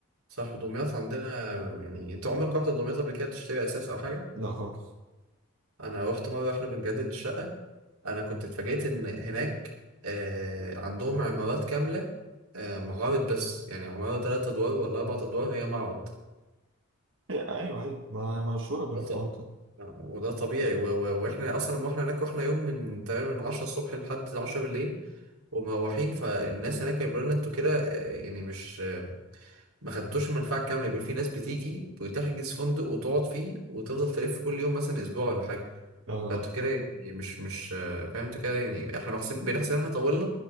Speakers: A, on the right; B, on the right.
A: صح دمياط عندنا يعني انت عمرك رحت دمياط قبل كده تشتري اساس او حاجه
B: لا خالص
A: انا رحت مره احنا بنجدد الشقه انا كنت اتفاجئت ان هناك آه، عندهم عمارات كامله آه، معارض بس يعني عماره ثلاث ادوار ولا اربع ادوار هي معرض
B: هي- ايوه ايوه ما مشهوره
A: <laughs>
B: بالحوار
A: وده ط-
B: ده
A: آه، وده طبيعي و... و... واحنا اصلا لما رحنا هناك رحنا يوم من تقريبا من 10 الصبح لحد 10 بالليل ومروحين فالناس هناك بيقولوا لنا انتوا كده آه، يعني مش آه، ما خدتوش المنفعه الكامله بيقول في ناس بتيجي بتحجز فندق وتقعد فيه وتفضل تلف كل يوم مثلا اسبوع ولا حاجه
B: يا نهار
A: فانتوا
B: أبيض.
A: كده يعني مش مش آه، فاهم انتوا كده يعني احنا بحسب بنحسب ان احنا طولنا